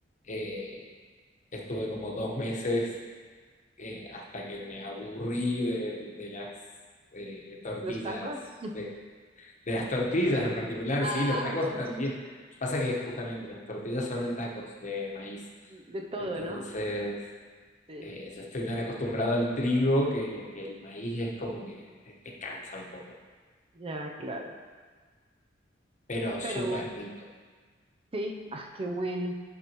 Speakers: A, on the left; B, on the right.
A: eh, estuve como dos meses eh, hasta que me aburrí de, de las eh, tortillas,
B: los tacos? <laughs>
A: de, de las tortillas en particular,
B: Ah,
A: sí, los tacos
B: ya,
A: también.
B: ya, ya.
A: Pasa que justamente las tortillas son en tacos de maíz,
B: De todo,
A: entonces
B: ¿no? Sí,
A: eh, yo estoy tan acostumbrado al trigo que, que el maíz es como que te, te cansa un poco,
B: ya, claro.
A: pero
B: Pero
A: súper rico.
B: Sí, ah, qué bueno.